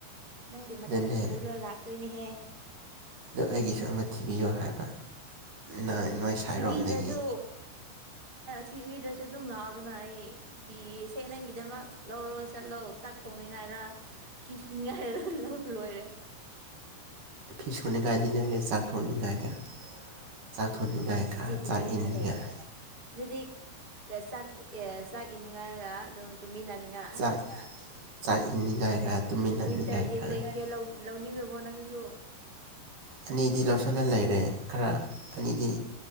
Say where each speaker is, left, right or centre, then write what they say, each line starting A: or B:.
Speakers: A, on the right; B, on the right.
A: ꯅꯪꯒꯤ
B: ꯑꯗꯨꯅꯦ
A: ꯃꯇꯝꯁꯨ ꯄꯨꯔ ꯂꯥꯛꯇꯣꯏꯅꯦꯍꯦ
B: ꯑꯗ ꯑꯩꯒꯤꯁꯨ ꯑꯃ ꯊꯤꯕꯤꯌꯣ ꯍꯥꯏꯕ ꯅꯪ ꯅꯣꯏ ꯁꯥꯏꯔꯣꯝꯗꯒꯤ
A: ꯊꯤꯕꯤꯗ꯭ꯔꯁꯨ ꯊꯤꯕꯤꯗ꯭ꯔꯁꯨ ꯑꯗꯨꯝ ꯂꯥꯛꯗꯅ ꯑꯩ ꯄꯤꯌꯦꯁꯦ ꯅꯪꯒꯤꯗꯃꯛ ꯂꯧꯔꯣ ꯆꯠꯂꯣ ꯆꯥꯛ ꯁꯣꯡꯅꯤꯉꯥꯏꯔ ꯍꯤ ꯁꯨꯅꯤꯡꯉꯥꯏꯔ ꯂꯧꯧꯕ ꯂꯣꯏꯔꯦ
B: ꯐꯤꯁꯣꯟꯅꯤꯒꯒꯥꯗꯤ ꯂꯩꯔꯦ ꯆꯥꯛ ꯊꯣꯟꯅꯤ ꯀꯥꯏꯒ ꯆꯥꯛ ꯊꯣꯡꯅꯤꯡꯉꯥꯏ
A: ꯃꯦꯆꯤꯟ
B: ꯈ ꯆꯥꯛ
A: ꯂꯣꯏꯔꯦ
B: ꯏꯅꯤꯡꯉꯥꯏ
A: ꯍꯥꯏ ꯂꯩꯔꯕ ꯑꯗꯨꯗꯤ ꯆꯥꯛ ꯑꯦ ꯆꯥꯛ ꯏꯅꯤꯡꯉꯥꯏꯔꯒ ꯑꯗꯨꯝ ꯇꯨꯝꯃꯤꯟꯅꯅꯤꯡꯉ
B: ꯆꯥꯛ ꯆꯥꯛ ꯏꯟꯅꯤꯡꯉꯥꯏꯔ ꯇꯨꯃꯤꯟꯅꯅꯤꯡꯉꯥꯏꯔ
A: ꯋꯤꯟꯇꯔꯒꯤ ꯕ꯭ꯂꯦꯡꯀꯦꯠ ꯂꯧꯅꯤꯡꯉꯕꯣ ꯅꯪꯁꯨ
B: ꯑꯅꯤꯗꯤ ꯂꯧꯁꯤꯜꯂ ꯂꯩꯔꯦ ꯈꯔ ꯑꯅꯤꯗꯤ